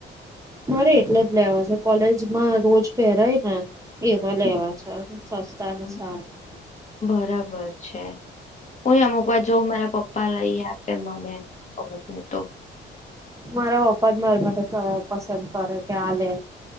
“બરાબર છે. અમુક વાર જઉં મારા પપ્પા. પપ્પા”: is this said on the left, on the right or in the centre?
Left